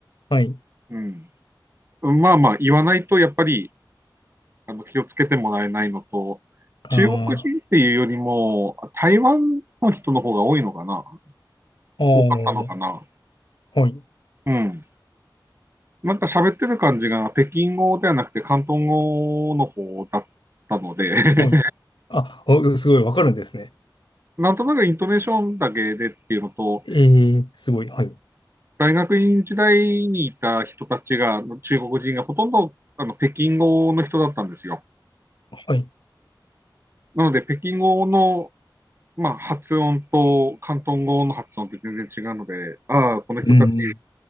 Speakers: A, on the left (about 75°); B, on the right (about 30°).
A: はい。
B: うん、まあまあ言わないとやっぱりあの気をつけてもらえないのと、
A: ああ、
B: 中国人っていうよりも台湾の人の方が多いのかな
A: お
B: 多かったのかな
A: ー、はい。
B: うん。なんか喋ってる感じが北京語ではなくて広東語の方だったので
A: はい。あ、おすごいわかるんですね。
B: <laughs> なんとなくイントネーションだけでっていうのと、
A: ええすごい。はい。
B: 大学院時代にいた人たちが、中国人がほとんどあの北京語の人だったんですよ。
A: はい。
B: なので、北京語の、まあ、発音と広東語の発音って全然違うので、ああ、この人たち、
A: うん。